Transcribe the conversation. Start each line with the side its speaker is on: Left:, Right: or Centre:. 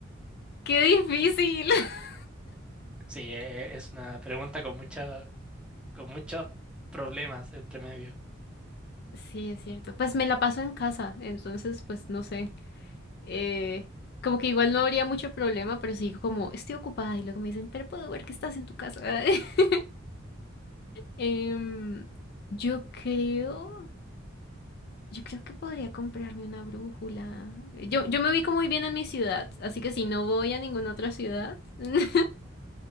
Left: qué difícil. <laughs>
Centre: Sí, e- e, es una pregunta con mucha, con muchos problemas entre medio.
Left: Sí, es cierto. Pues me la paso en casa, entonces, pues no sé. Eh, como que igual no habría mucho problema, pero sí digo como, estoy ocupada y luego me dicen, pero puedo ver que estás en tu casa. <laughs> Em, yo creo, yo creo que podría comprarme una brújula. Yo, yo me ubico muy bien en mi ciudad, así que si no voy a ninguna otra ciudad, <laughs>